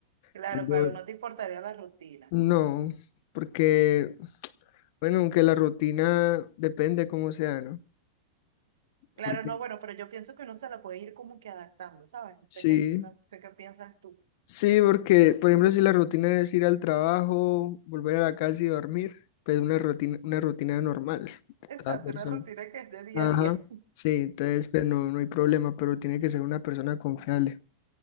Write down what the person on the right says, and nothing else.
Claro,
claro, no te importaría la rutina.
Claro,
no, bueno, pero yo pienso que uno se la puede ir como que adaptando, ¿sabes? No sé
qué, no sé qué piensas tú.
Exacto,
una rutina que es de día
a día.